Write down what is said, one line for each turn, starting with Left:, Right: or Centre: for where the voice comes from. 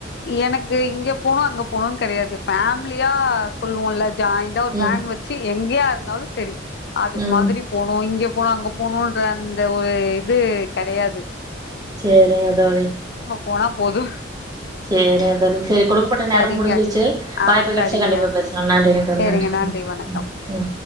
Left: எனக்கு இங்க போகனும் அங்க போகணும்னு கிடையாது ஃபேமிலியா சொல்லுவோம்ல்ல ஜாயின்ண்டா ஒரு
Right: ம்
Left: வேன் வச்சு எங்கேயா இருந்தாலும் சரி அது
Right: ம்
Left: மாதிரி போனும் இங்க போனும் அங்க போனும்ன்ற அந்த ஒரு இது கிடையாது
Right: சரிங்க தோழி
Left: போனா போது
Right: சரிங்க த சரி கொடுக்கப்பட்ட நேரம்
Left: சரிங்க
Right: முடிஞ்சிருச்சு வாய்ப்பு
Left: ஆ சரிங்க
Right: கிடைச்சா கண்டிப்பா பேசலாம் நன்றிங்க த
Left: சரிங்க
Right: நன்றி
Left: வணக்கம்